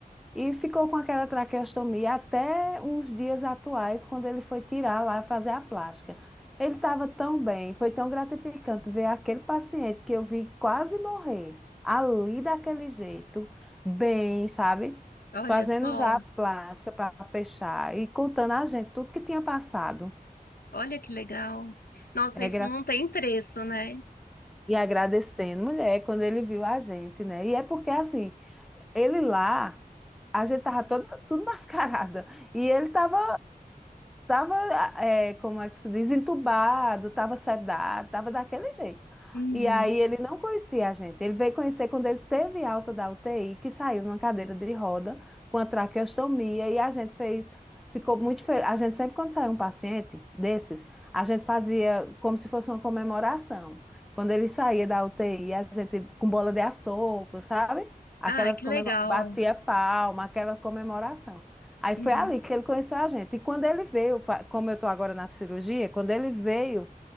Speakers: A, in the centre; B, on the left.
A: E ficou com aquela traqueostomia até uns dias atuais, quando ele foi tirar lá fazer a plástica. Ele estava tão bem, foi tão gratificante ver aquele paciente que eu vi quase morrer, ali daquele jeito, bem, sabe?
B: Olha
A: Fazendo
B: só,
A: já a plástica para fechar e contando a gente tudo que tinha passado.
B: olha que legal. Nossa,
A: É
B: isso
A: gra-
B: não tem preço, né?
A: E agradecendo, mulher, quando ele viu a gente, né? E é porque, assim, ele lá, a gente tava toda, tudo mascarada. E ele tava Tava, é, como é que se diz, entubado, tava sedado, tava daquele jeito.
B: Uhum.
A: E aí ele não conhecia a gente. Ele veio conhecer quando ele teve alta da UTI, que saiu numa cadeira de roda com a traqueostomia e a gente fez, ficou muito feliz. A gente sempre quando saiu um paciente desses, a gente fazia como se fosse uma comemoração. Quando ele saía da UTI, a gente com bola de assopro, sabe? Aquelas
B: Ah, que
A: comemora...
B: legal.
A: batia palma, aquela comemoração. Aí foi
B: Uhum.
A: ali que ele conheceu a gente. E quando ele veio, fa- como eu estou agora na cirurgia, quando ele veio